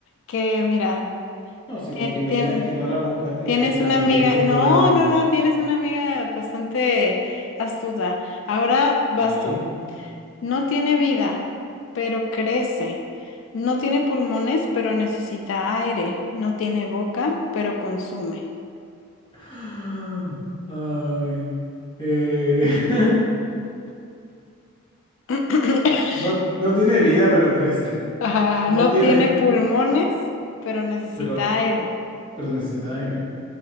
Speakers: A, on the left; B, on the left.
A: que mira,
B: No, si
A: tien-
B: con que me
A: tien-
B: digas que no las buscaste,
A: tienes
B: ya te creo,
A: una
B: no
A: amiga,
B: tienes que
A: no,
B: jurarme.
A: no, no, tienes una amiga bastante astuta. Ahora vas
B: Sí.
A: tú. No tiene vida, pero crece. No tiene pulmones, pero necesita aire. No tiene boca, pero consume. <coughs>
B: <laughs> Ay. Eh, <laughs>
A: <laughs>
B: No, no tiene vida, pero crece.
A: Ah,
B: No
A: no
B: tiene,
A: tiene pulmones, pero necesita
B: pero,
A: aire.
B: pero necesita aire.